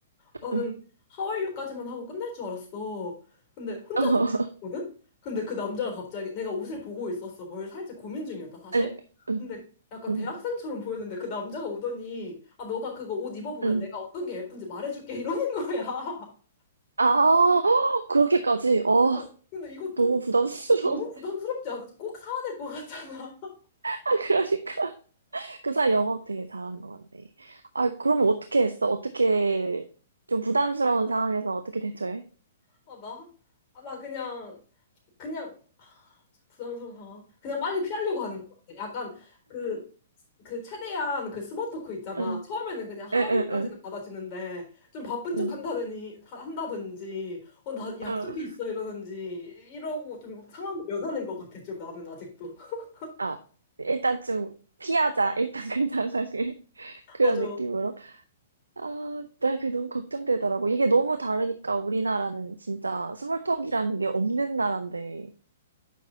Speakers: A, on the left; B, on the right.
A: 나는
B: 응.
A: 하와이유까지만 하고 끝날 줄 알았어. 근데 혼자
B: 어,
A: 고민했거든? 근데 그 남자가 갑자기 내가 옷을 보고 있었어. 뭘 살지 고민 중이었다, 사실.
B: 응, 응,
A: 근데 약간
B: 응.
A: 대학생처럼 보였는데 그 남자가 오더니 아, 너가 그거 옷 입어보면
B: 응.
A: 내가 어떤 게 예쁜지 말해줄게 이러는 거야. <laughs>
B: 아, <gasps> 그렇게까지? 어,
A: 어, 근데 이거
B: 너무
A: 좀
B: 부담스러워.
A: 너무
B: <laughs>
A: 부담스럽지 않아? 꼭 사야 될 것 같잖아.
B: 아, 그러니까. 그 사람 영업 되게 잘하는 것 같네. 아, 그럼 어떻게 했어? 어떻게, 좀 부담스러운 상황에서 어떻게 대처해?
A: <laughs> 아, 나? 아, 나 그냥, 그냥, 아, 참 부담스러운 상황. 그냥 빨리 피하려고 하는 것 같아. 약간 그 그 최대한 그 스모 토크 있잖아.
B: 응,
A: 처음에는 그냥 하와이유까지는
B: 응, 응,
A: 받아주는데 좀 바쁜 척
B: 응.
A: 한다더니 다- 한다든지 어 나 약속이
B: 응.
A: 있어 이러든지 이러고 좀 상황을 면하는 것 같아. 좀 나는 아직도. <laughs>
B: 아, 일단 좀 피하자. <laughs> 일단 그 상황을. <laughs> 그런
A: 맞아.
B: 느낌으로. 아, 나 그게 너무 걱정되더라고. 이게 너무 다르니까 우리나라는 진짜 스몰톡이라는 게 없는 나라인데.